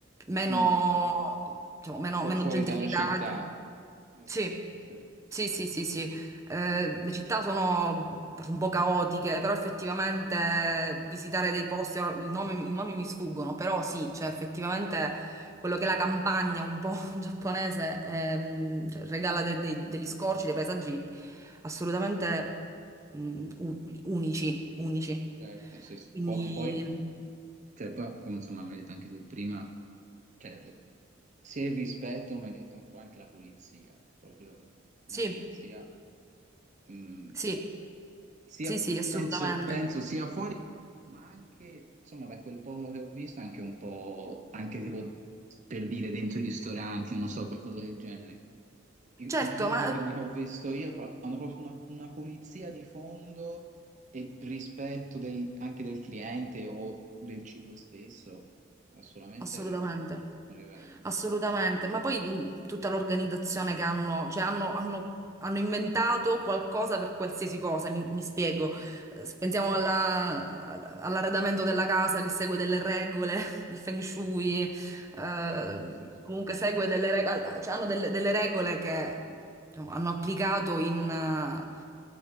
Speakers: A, on the right; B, on the right.
A: meno,
B: Mm.
A: diciamo, meno,
B: Fu-
A: meno
B: fuori
A: gentrificati.
B: dalle città, esatto,
A: Sì,
B: sì,
A: sì, sì,
B: sì,
A: sì,
B: sì,
A: sì.
B: sì.
A: Eh, le città sono un po' caotiche, però effettivamente
B: Mm.
A: visitare dei posti, ora il nome- i nomi mi sfuggono, però sì, cioè effettivamente quello che è la campagna un po' <laughs> giapponese ehm, cioè, regala de-
B: Sì,
A: dei- degli scorci, dei paesaggi assolutamente mm, u- unici, unici.
B: Certo, sì, sì.
A: Quindi
B: Po- Poi, cioè, poi, come insomma, mi hai detto anche se prima, cioè, se il rispetto, mi hai detto, poi anche la pulizia, proprio una
A: sì,
B: pulizia, mm,
A: sì,
B: sia,
A: sì, sì, assolutamente.
B: penso, penso sia fuori, ma anche, insomma, da quel poco che ho visto, anche un po', anche tipo, per dire, dentro i ristoranti, non lo so, qualcosa del genere i,
A: Certo,
B: i video
A: ma
B: che li ho visto io pro- hanno proprio una, una pulizia di fondo e rispetto del- anche del cliente o del cibo stesso, assolutamente
A: assolutamente.
B: è proprio un livello.
A: Assolutamente, ma poi mh, tutta l'organizzazione che hanno, cioè hanno, hanno- hanno inventato qualcosa per qualsiasi cosa, mi, mi spiego.
B: Sì,
A: Eh, se Pensiamo alla- all'arredamento della casa che segue delle regole, <laughs> il feng shui, eh,
B: certo, sì, sì.
A: comunque segue delle regole, cioè hanno delle, delle regole che diciamo, hanno applicato in, eh,